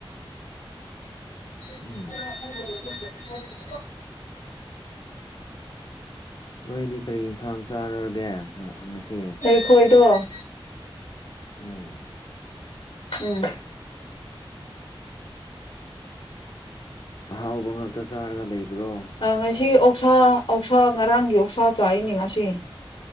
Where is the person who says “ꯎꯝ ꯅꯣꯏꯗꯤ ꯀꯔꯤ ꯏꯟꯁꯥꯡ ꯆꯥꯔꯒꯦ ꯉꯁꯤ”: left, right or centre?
Left